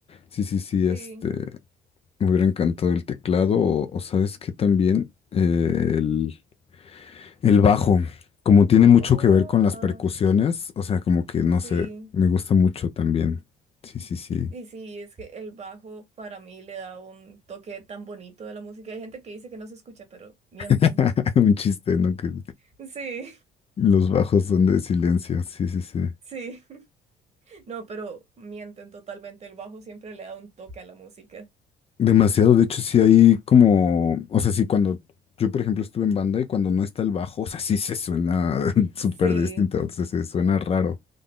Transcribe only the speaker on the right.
sí.
Oh,
ajá,
Sí.
Y sí, es que el bajo para mí le da un toque tan bonito de la música. Hay gente que dice que no se escucha, pero mienten.
Sí,
<laughs> sí, no, pero mienten totalmente. El bajo siempre le da un toque a la música.
Sí,